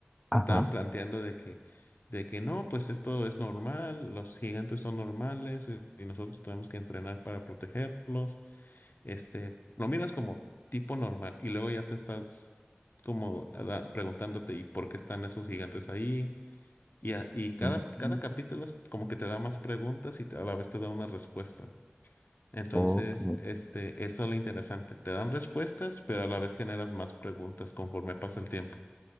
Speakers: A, in the centre; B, on the left.
A: Ajá.
B: te estaban planteando de que, de que no, pues esto es normal, los gigantes son normales y y nosotros tenemos que entrenar para protegerlos Este, lo miras como tipo normal y luego ya te estás como a la- preguntándote y por qué están esos gigantes ahí. Y, a- y cada,
A: Mm,
B: cada capítulo es como que te da más preguntas y te- a la vez te da una respuesta. Entonces,
A: Ok.
B: este, eso es lo interesante. Te dan respuestas, pero a la vez generas más preguntas conforme pasa el tiempo.